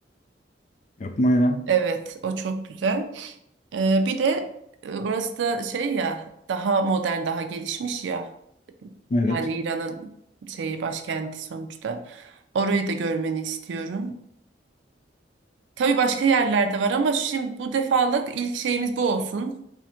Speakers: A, on the left; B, on the right.
A: Yapma ya.
B: Evet, o çok güzel. Ee, bir de e, orası da şey ya daha modern daha gelişmiş ya
A: Evet.
B: yani İran'ın şeyi başkenti sonuçta orayı da görmeni istiyorum. Tabii başka yerlerde var ama şimdi bu defalık ilk şeyimiz bu olsun